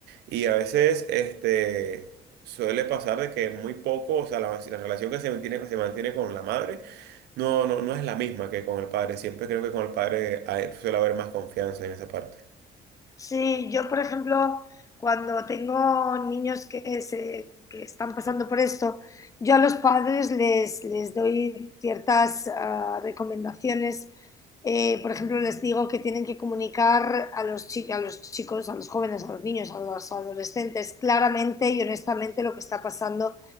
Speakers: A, on the right; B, on the left.
A: Y a veces, este, suele pasar de que muy poco, o sea, la, si la relación que se mantiene, se mantiene con la madre no, no, no es la misma que con el padre. Siempre creo que con el padre hay- suele haber más confianza en esa parte.
B: Sí, yo por ejemplo, cuando tengo niños que, se, que están pasando por esto, yo a los padres les, les doy ciertas ah, recomendaciones eh, por ejemplo, les digo que tienen que comunicar a los, chi- a los chicos, a los jóvenes, a los niños, a los adolescentes claramente y honestamente lo que está pasando